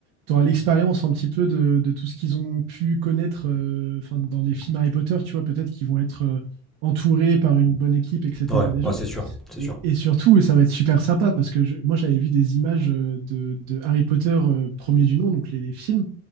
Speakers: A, on the right; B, in the centre.
A: Tu l'expérience un petit peu de, de tout ce qu'ils ont pu connaître euh, enfin, dans les films Harry Potter, tu vois, peut-être qu'ils vont être euh, entourés par une bonne équipe, etc.
B: Ouais,
A: déjà.
B: ouais, c'est sûr, c'est
A: Et,
B: sûr.
A: et surtout, ça va être super sympa parce que je- moi, j'avais vu des images euh, de, de Harry Potter euh, premier du nom, donc les, les films.